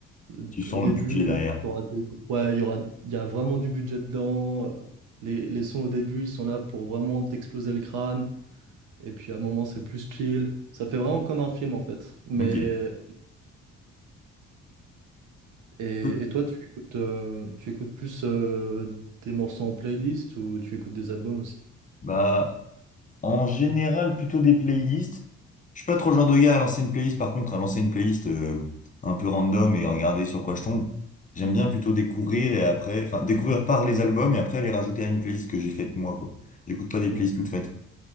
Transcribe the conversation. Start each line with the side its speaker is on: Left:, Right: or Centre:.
Right: Euh,
Left: Tu sens
Right: Au début,
Left: le budget derrière.
Right: t'auras des... gros- ouais, il y aura... il y a vraiment du budget dedans. euh, Les... les sons au début, ils sont là pour vraiment t'exploser le crâne. Et puis à un moment, c'est plus chill. Ça fait vraiment comme un film en fait. Mais
Left: Ok.
Right: et,
Left: Peu-
Right: et toi, tu écoutes, euh, tu écoutes plus euh, des morceaux en playlist ou tu écoutes des albums aussi?
Left: Bah, en général, plutôt des playlists. Je suis pas trop le genre de gars à lancer une playlist, par contre, à lancer une playlist euh, un peu random et regarder sur quoi je tombe. J'aime bien plutôt découvrir et après, enfin, découvrir par les albums et après les rajouter à une playlist que j'ai faite moi, quoi. J'écoute pas des playlists
Right: Hmm,
Left: toutes faites.